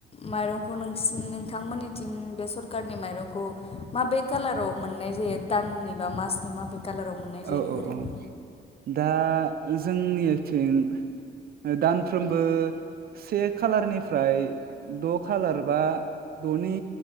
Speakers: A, on the left; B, on the right.
A: माइरंखौ नोंसिनि नों। थांमोननिथिं बे सरखारनि माइरंखौ माबे कालाराव मोननाय जायो दाननि बा मासनि माबे। कालाराव मोननाय जायो
B: औ औ
A: ओरैनो।
B: औ दा जोंनिथिं दानफ्रोमबो। से खालारनिफ्राय द' खालार बा द'नि